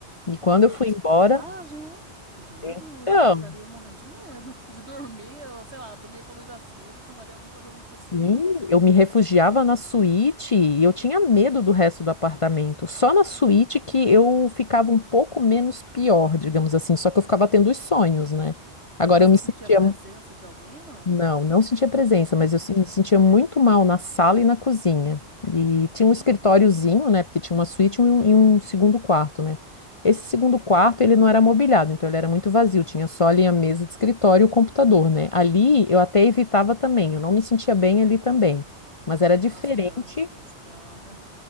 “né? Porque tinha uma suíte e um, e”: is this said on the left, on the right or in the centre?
Left